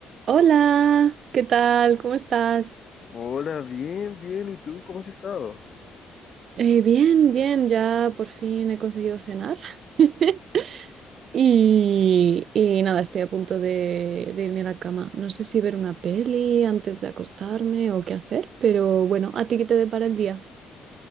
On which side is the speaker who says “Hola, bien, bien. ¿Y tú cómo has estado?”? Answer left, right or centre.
Left